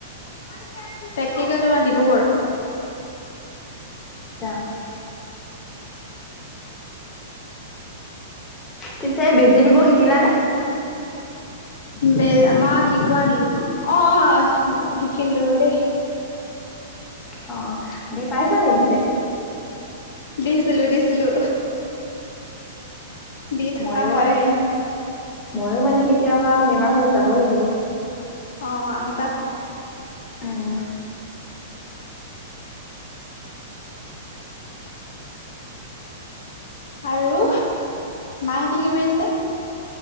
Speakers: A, on the left; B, on the left.
A: প্ৰেকটিকেল তোমাৰ ডিব্ৰুগড়।
B: আচ্ছা। পিছে বেজি দিব শিকিলানে?
A: দে আমাক শিকোৱা অ শিকিলো দেই।
B: অ দি পাইছা নি পিছে?
A: দিছিলো দিছিলো। দি থকা
B: ময়ো
A: হয়।
B: মানে ময়ো মানে কেতিয়াবা বেমাৰ হলে যাব লাগিব।
A: অ', আহিবা।
B: উম,
A: আৰু, মাহেঁতে কি কৰি আছে?